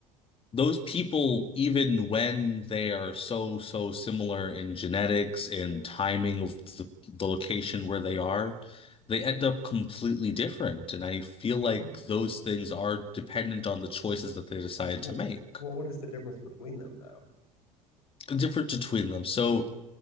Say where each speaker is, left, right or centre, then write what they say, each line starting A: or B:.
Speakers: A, on the left; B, on the left.
A: those people, even when they are so, so similar in genetics and timing of the, the location where they are, they end up completely different. And I feel like
B: Oh,
A: those things are dependent on the choices that they decide
B: well,
A: to make,
B: well, what is the difference between them though?
A: different between them. So